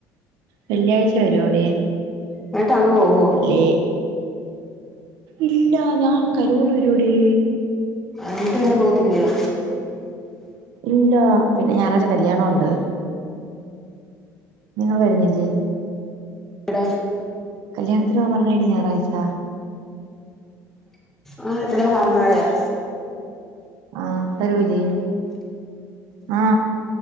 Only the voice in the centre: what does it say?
എന്നിട്ട് അങ്ങ് പോവോ
എന്നിട്ട് പിന്നെ പോവത്തില്ലയോ
അട
ആ എന്താ ഫാൽമാളയാ